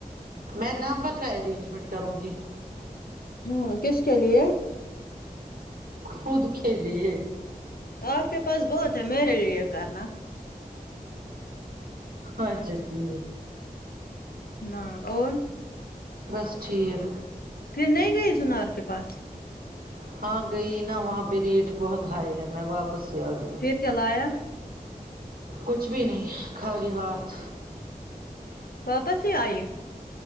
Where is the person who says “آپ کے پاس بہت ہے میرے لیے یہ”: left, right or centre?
Left